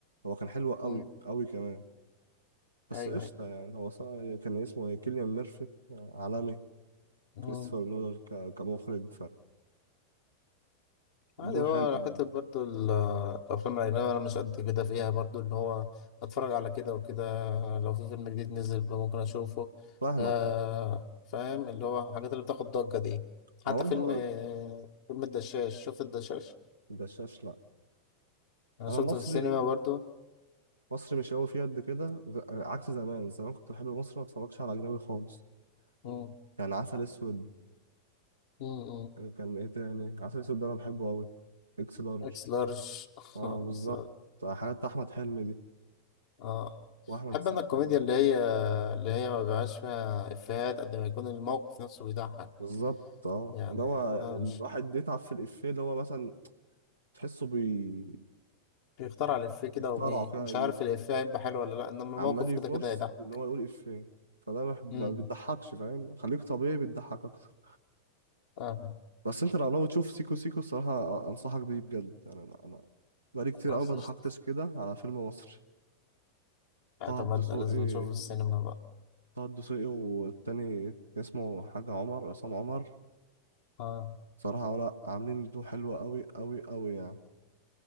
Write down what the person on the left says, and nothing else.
مم.
ايوه
ايوه
عادي هو
حتة برضو ال- الأفلام الأجنبية أنا مش قد كده فيها برضو اللي هو أتفرج على كده وكده لو في فيلم جديد نزل بقى ممكن أشوفه
آه فاهم اللي هو الحاجات اللي بتاخد ضجة دي حتى
فيلم فيلم الدشاش شفت الدشاش
أنا
شفته
في السينما برضو
مم،
مم، مم.
إكس لارج <laughs>
بس-
آه
بحب
أنا الكوميديا
اللي هي اللي هي ما بيبقاش فيها إفيهات قد ما يكون الموقف نفسه بيضحك
يعني
آه
مش
بيخترع الإفيه كده
وبي
مش
عارف الإفيه هيبقى حلو ولا لأ إنما الموقف
كده كده هيضحك
أمم
آه
خلاص
قشطة
اعتمدنا
لازم نشوفه السينما بقى
آه